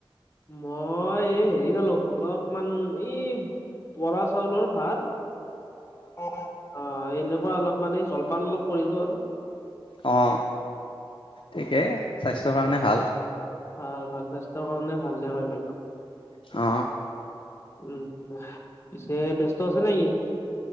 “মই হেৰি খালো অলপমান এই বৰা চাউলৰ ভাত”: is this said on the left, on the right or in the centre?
Left